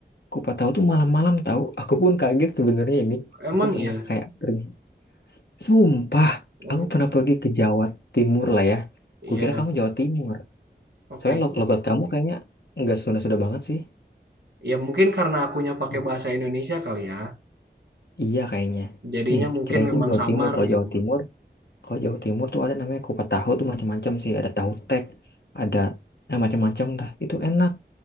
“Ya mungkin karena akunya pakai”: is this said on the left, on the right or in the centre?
Right